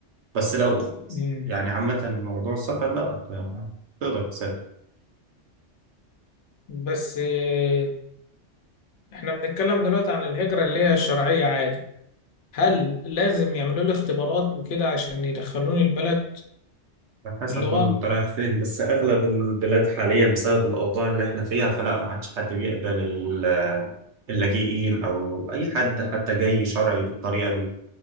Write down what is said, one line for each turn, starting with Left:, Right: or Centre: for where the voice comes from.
Right: بس لو
Left: مم.
Right: يعني عامة موضوع السفر لا تقدر تسافر
Left: بس آه، احنا بنتكلم دلوقتي عن الهجرة اللي هي الشرعية عادي هل لازم يعملوا لي اختبارات وكده عشان يدخلوني البلد
Right: على حسب
Left: اللغة
Right: برضه انت رايح فين بس اغلب البلاد حاليا بسبب الاوضاع اللي احنا فيها فلا ما عادش حد بيقبل ال- اللاجئين او اي حد حتى جاي شرعي بالطريقة دي